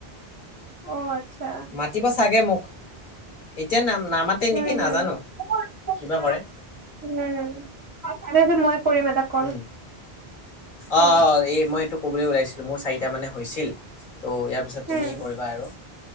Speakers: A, on the right; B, on the left.
A: অ', আচ্ছা।
B: মাতিব চাগে মোক, এতিয়া নাম-নামাতে
A: উম
B: নেকি নাজানো।
A: <unintelligible>
B: কিবা কৰে
A: উম <unintelligible> মই কৰিম এটা কল।
B: উম
A: উম,
B: অ', অ', এই মই এইটো ক'বলৈ ওলাইছিলো, মোৰ চাৰিটা মানে হৈছিল। ত' ইয়াৰ পিছত
A: উম,
B: তুমি কৰিবা আৰু